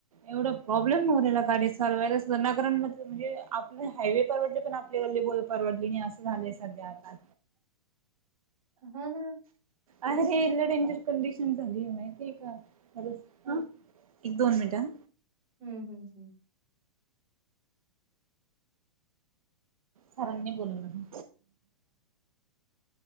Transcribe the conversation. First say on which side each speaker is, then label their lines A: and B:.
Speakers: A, on the right; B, on the right.
A: एवढा प्रॉब्लेम न राला गाडी चालवायला म्हणजे आप हायवे परवडले पण आपल्या परवडली असं झालेय सध्या आता
B: हो ना
A: अरे इल डेंजर कंडिशन झाली माहितीे का बस
B: हो.
A: हा एक दोन मिनटं
B: हम्म हम्म हम्म
A: सरांनी बोलवलं.